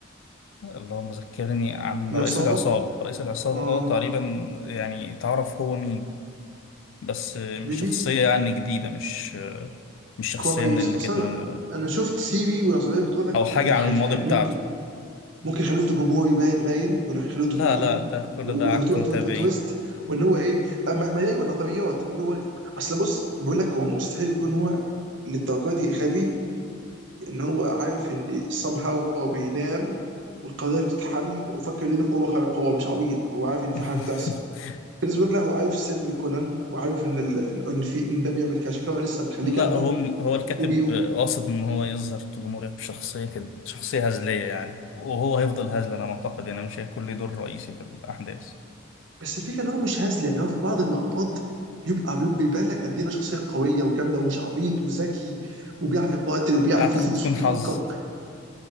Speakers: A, on the left (about 65°); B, on the right (about 60°).
A: اللهم ذكرني عن
B: العصابه
A: رئيس العصابة رئيس العصابة
B: اه
A: اه تقريبا يعني تعرف هو مين بس مش
B: ريلي
A: شخصية يعني جديدة مش مش شخصية
B: كويس
A: من اللي
B: اصلا
A: كانت موجودة
B: انا شفت سي في والعصابات بتقول لك
A: أو حاجة
B: ان حي-
A: عن الماضي
B: حي-
A: بتاعته
B: ممكن ممكن يخلوه جمهوري باين باين بيقولوا هيخلوه جمهوري
A: لا لا ده كل
B: وتو-
A: ده عك متابعين
B: تو- تو- تويست وان هو ايه آه، ما ما ايوه نظريات اللي هو اصل بص بقول لك هو مستحيل يكون هو للدرجه دي غبي ان هو عارف ان somehow هو بينام والقضيه بتتحل وفاكر ان دي قوه خارقه هو مش عبيط هو عارف ان في
A: <laughs>
B: حاجه بتحصل في ناس بتقول لك لا هو عارف سر كونان وعارف ان ال... ان في ان ده بيعمل كذا عشان كده هو لسه مخليه
A: لا
B: جنبه
A: هم هو الكاتب
B: وبي...
A: قاصد ان هو يظهر جمهورية بشخصية شخصية هزلية يعني وهو هيفضل هزل انا معتقد يعني مش هيكون له دور رئيسي في الاحداث
B: بس الفكره ان هو مش هزلي يعني هو في بعض اللقطات بيبقى بي- بيبان لك قد ايه إنه شخصيه قويه وجامده ومش عبيط وذكي وبيعرف يقاتل وبيعرف
A: اعتقد
B: ي- ي-
A: بتكون حظ
B: يفكر